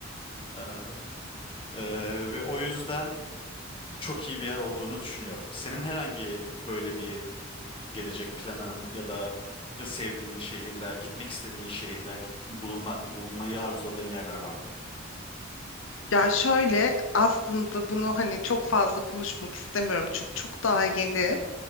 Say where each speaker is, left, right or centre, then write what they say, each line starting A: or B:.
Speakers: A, on the left; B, on the left.
A: Ee, ee, ve o yüzden çok iyi bir yer olduğunu düşünüyorum. Senin herhangi böyle bir gelecek planın ya da sevdiğin şehirler, gitmek istediğin şehirler, git- bulunma, bulunmayı arzuladığın yerler var mı?
B: Ya şöyle aslında bunu hani çok fazla konuşmak istemiyorum çünkü çok daha yeni.